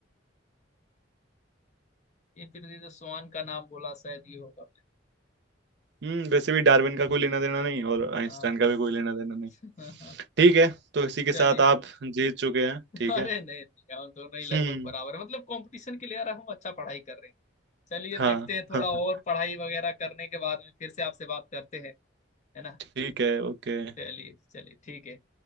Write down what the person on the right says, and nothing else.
हम्म वैसे भी डार्विन का कोई लेना देना नहीं और आइंस्टाइन
का भी कोई लेना देना नहीं
ठीक है तो इसी के
साथ आप जीत चुके हैं
ठीक
है
हम्म
हाँ
हाँ
हाँ,
ठीक है ओके